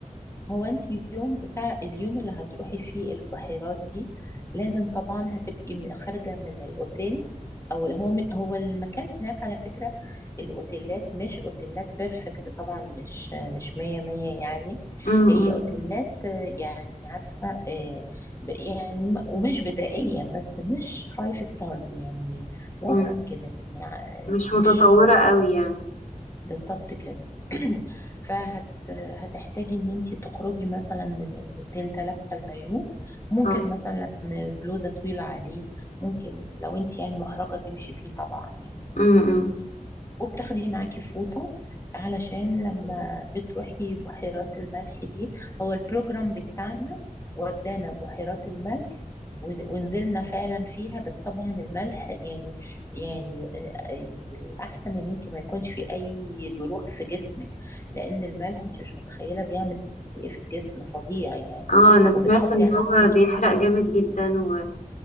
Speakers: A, on the left; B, on the left.
A: هو انت يوم ساعة اليوم اللي هتروحي فيه البحيرات دي لازم طبعا هتبقي م- خارجة من الاوتيل او هو م- هو المكان هناك على فكرة الاوتيلات مش اوتيلات بيرفكت طبعا مش مش مية مية يعني
B: م-
A: هي
B: م-
A: اوتيلات آه، يعني عارفة آه، ب- يعني م- ومش بدائية بس مش فايف ستارز يعني وسط
B: م-
A: كده يعني آه،
B: مش
A: مش
B: متطورة قوي يعني
A: بالظبط كده <clears throat> فهت هتحتاجي ان انت تخرجي مثلا من الاوتيل ده لابسه المايو ممكن
B: اه
A: مثلا بلوزه طويله عليه ممكن لو انت يعني محرجه تمشي بيه طبعا يعني
B: امم
A: وبتاخدي معاكي فوطة علشان لما بتروحي بحيرات الملح دي هو البروجرام بتاعنا ودانا بحيرات الملح ون- ونزلنا فعلا فيها بس طبعا الملح يعني يعني آه، الأحسن إن أنت ما يكونش في أي جروح في جسمك لأن الملح أنت مش متخيلة بيعمل إيه في الجسم فظيع يعني
B: اه انا سمعت
A: وبتحافظي
B: ان
A: عليكي
B: هو بيحرق جامد جدا و...